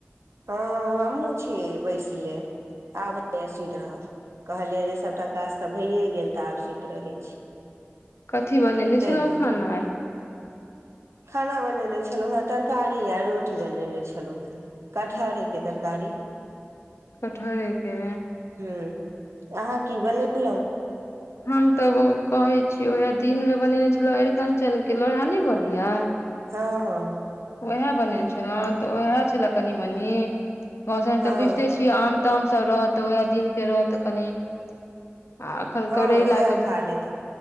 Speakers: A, on the right (about 80°); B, on the left (about 70°).
A: हँ -हमहूँ छीियै बैसले आब। <unintelligible> नया सुत रहब। <unintelligible> कहलियै जे सभटा काज तऽ भइए गेल तऽ आब सुत रहै छी। <unintelligible>
B: कथी बनेने
A: ताहि
B: छलहुँ
A: दुआरे
B: खेनाई। <unintelligible>
A: खाना बनेने छलहुँ हेँ तरकारी आ रोटी बनेने छलहुँ हेँ कटहरेके तरकारी। <unintelligible>
B: कठहरे के।
A: हूँ अहाँ की बनेलहुँ।
B: हम तऽ ओ कहै छीियै उएह दिन मे बनेने छलहुँ अरिकंचन के लोहा नहि बनैया
A: हँ हँ।
B: ओएह बनेने छलहु तऽ उएह छले कनी मनी। मौसम
A: हँ
B: तऽ बुझिते छिय। तम सब रहत उएह दिनक के रहत कनि। <unintelligible> आ एखन
A: हँ
B: करैलााक
A: सएह
B: <unintelligible> के
A: खा लेत